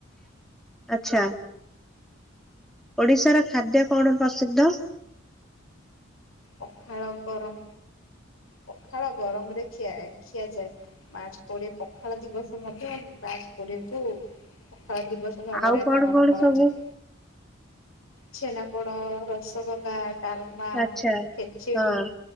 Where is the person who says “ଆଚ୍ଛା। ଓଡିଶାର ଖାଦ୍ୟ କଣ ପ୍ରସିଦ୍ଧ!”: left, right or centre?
Centre